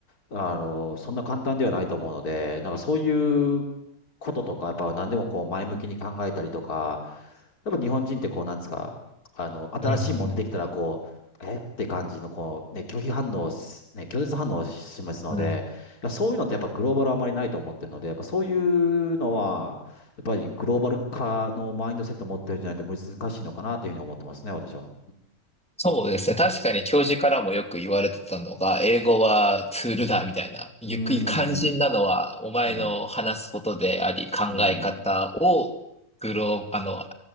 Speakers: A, on the left; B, in the centre.
A: あの、そんな簡単ではないと思うので、なんかそういうこととか、やっぱ何でもこう前向きに考えたりとか、やっぱ日本人ってこう、なんですか、あの、新しいもん出てきたらこう、
B: うん
A: えって感じのこう、ね、拒否反応す、ね、拒絶反応を示すので、
B: うんうん。
A: いやそういうのってやっぱグローバルあまりないと思ってるので、やっぱそういうのは、やっぱりグローバル化のマインドセットを持ってるんじゃないと難しいのかなというふうに思ってますね、私は。
B: そうですね。確かに教授からもよく言われてたのが、英語はツールだみたいな。ゆっくり肝心なのは、
A: うん。
B: お前の話すことであり、
A: うん。
B: 考え方をグロー、
A: うん。うん。
B: あの、